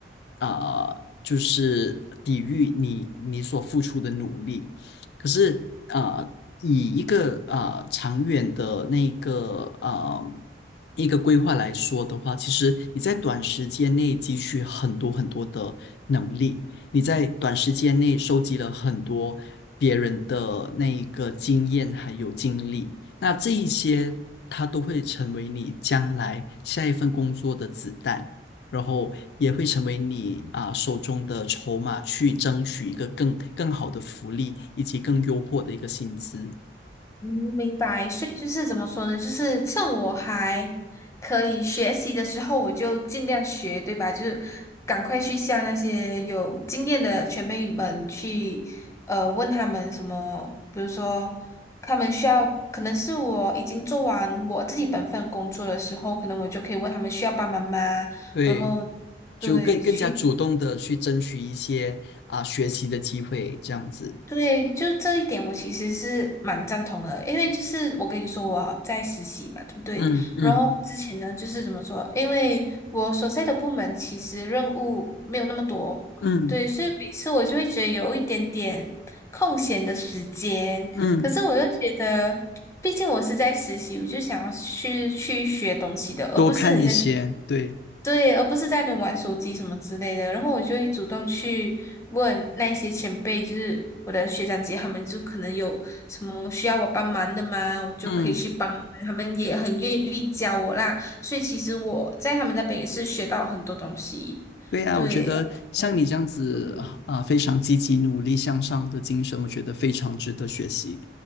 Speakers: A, on the left; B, on the left.
A: 啊、呃呃就是抵御你你所付出的努力。可是啊、呃以一个啊、呃长远的那个啊呃一个规划来说的话，其实你在短时间内汲取很多很多的能力。你在短时间内收集了很多别人的那一个经验还有经历，那这一些它都会成为你将来下一份工作的子弹，然后也会成为你啊、手中的筹码，去争取一个更更好的福利以及更优渥的一个薪资。
B: 嗯，明白。所以就是怎么说呢？就是趁我还可以学习的时候，我就尽量学，对吧？就是赶快去向那些有经验的前辈们去，呃，问他们什么，比如说他们需要，可能是我已经做完我自己本份工作的时候，可能我就可以问他们需要帮忙吗？
A: 对，
B: 然后对，
A: 就更更加主动的去争取一些啊、
B: 去。
A: 学习的机会，这样子。
B: 对，就这一点，我其实是蛮赞同的，因为就是我跟你说我在实习嘛，对不对？
A: 嗯嗯
B: 然后之前呢，就是怎么说？因为我所在的部门其实任务没有那么多，
A: 嗯
B: 对，所以每次我就会觉得有一点点空闲的时间，
A: 嗯。
B: 可是我又觉得，毕竟我是在实习，我就想要去去学东西的，而不是你像
A: 多看一些，对，
B: 对，而不是在那边玩手机什么之类的。然后我就会主动去问那一些前辈，就是我的学长姐，他们就可能有什么需要我帮忙的吗？我就可以去帮他们，
A: 嗯。
B: 他们也很愿意教我啦。所以其实我在他们那边也是学到很多东西。
A: 对啊，
B: 对，
A: 我觉得像你这样子啊、
B: 呃对，嗯，
A: 啊非常积极、努力向上的精神，我觉得非常值得学习。